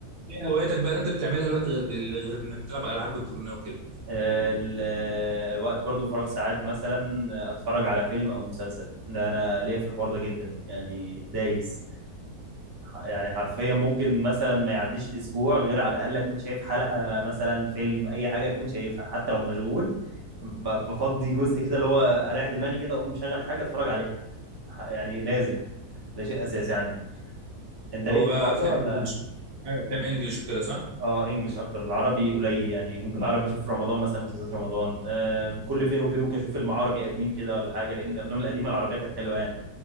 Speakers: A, on the right; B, on the right.
A: إيه هواياتك بقى اللي أنت بتعملها دلوقتي غير بال- غير إنك تلعب ألعاب إلكترونية وكده
B: آه، ال- آه، وقت برضو الفراغ ساعات مثلا آه، اتفرج على فيلم او مسلسل ده انا ليا في الحوار ده جدا يعني دايس يعني حرفيا ممكن مثلا ما يعديش اسبوع غير على الاقل اكون شايف حلقه مثلا فيلم اي حاجه اكون شايفها حتى لو مشغول ب- بفضي جزء كده اللي هو اريح دماغي كده اقوم مشغل حاجه اتفرج عليها ح- يعني لازم ده شيء اساسي عندي انت
A: اللي
B: ليك
A: هو
B: في
A: بقى
B: الحوار
A: أفلام
B: ده ولا
A: إنجلش يعني أفلام إنجلش وكده صح؟
B: اه انجلش اكتر العربي قليل يعني ممكن العربي بشوف في رمضان مثلا مسلسلات رمضان آم، كل فين وفين ممكن اشوف فيلم عربي قديم كده ولا حاجه لان الافلام القديمه العربيه كانت حلوه يعني